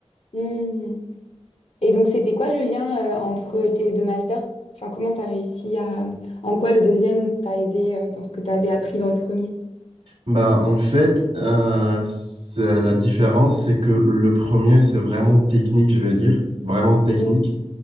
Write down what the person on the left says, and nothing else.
Mm. Et donc c'était quoi le lien euh, entre tes deux masters? Enfin, comment t'as réussi à... En quoi le deuxième t'a aidé euh, dans ce que t'avais appris dans le premier?
Mm,